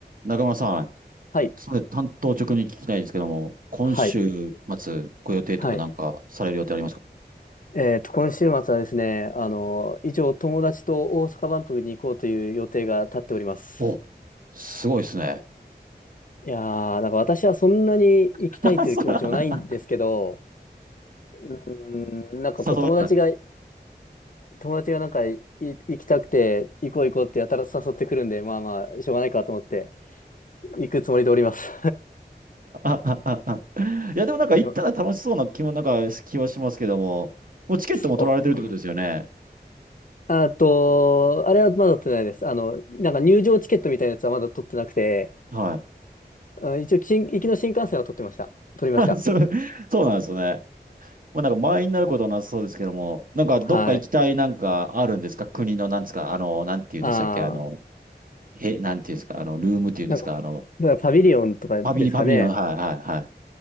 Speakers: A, on the right; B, on the left.
A: 中村さん、
B: はい。
A: それ担当直に聞きたいんですけども、今週末ご予定とかなんかされる予定ありますか
B: はい。はい。えっと、今週末はですね、あの、以上、友達と大阪万博に行こうという予定が立っております。
A: お、すごいですね。
B: いやー、なんか私はそんなに行きたいという気持ちもないんですけど、
A: <laughs>
B: うーん、なんかこう、
A: そう誘われますか
B: 友達が、友達がなんかい行きたくて、行こう行こうってやたら誘ってくるんで、まあまあ、しょうがないかと思って、行くつもりでおります。
A: <laughs> いや、でもなんか行ったら楽しそうな気も、
B: <laughs> でも
A: なんか気はしますけども、もうチケットも取られてるってことですよね。
B: そう。あと、あれはまだ取ってないです。あの、なんか入場チケットみたいなやつはまだ取ってなくて、
A: はい。
B: あ、一応、新行きの新幹線は撮ってました。撮りました。
A: <laughs> そう、そうなんですね。まあなんか満員になることはなさそうですけども、なんかどっか行きたいなんかあるんですか国のなんですかあの、
B: はい。
A: なんて言うんでしたっけあの、
B: ああ、
A: へ、なんて言うんですかあの、ルームっていうんですかあの、
B: なんか、だからパビリオンとかですかね。
A: パビリ、パビリオン、はい、はい、